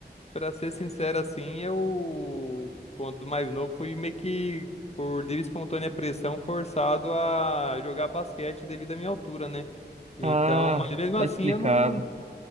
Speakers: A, on the left; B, on the right.
A: pra ser sincero assim, eu, quando mais novo, fui meio que, por livre e espontânea pressão, forçado a jogar basquete devido à minha altura, né? Então,
B: Ah,
A: mas mesmo
B: tá
A: assim,
B: explicado.
A: eu não.